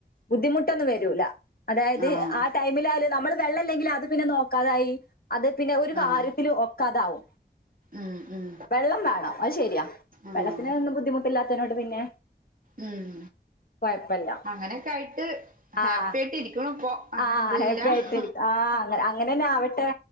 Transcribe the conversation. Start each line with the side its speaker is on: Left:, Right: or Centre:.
Left: ബുദ്ധിമുട്ടൊന്നും വരൂല അതെ അതായത്
Right: ആഹ്
Left: ആ ടൈമിലായാലും നമ്മൾ വെള്ളല്ലെങ്കില് അത് പിന്നെ നോക്കാതായി അത് പിന്നെ ഒരു കാര്യത്തില്
Right: ആഹ്
Left: ഒക്കെ അതാവും
Right: ഉം ഉം
Left: വെള്ളം വേണം അത് ശെരിയാ
Right: ആഹ്
Left: വെള്ളത്തിന് ഒന്നും ബുദ്ധിമുട്ടില്ലാത്ത യ്നോട് പിന്നെ
Right: ഉം
Left: കുഴപ്പമില്ല
Right: അങ്ങനെയൊക്കെ ആയിട്ട് ഹാപ്പി
Left: ആഹ്
Right: ആയിട്ട് ഇരിക്ക്ണ് ഇപ്പോ അൽഹംദുലില്ലാഹ്
Left: ആഹ് ഹാപ്പി ആയിട്ടിരിക്ക ആഹ് അങ്ങനെ അങ്ങനെ തന്നെ ആവട്ടെ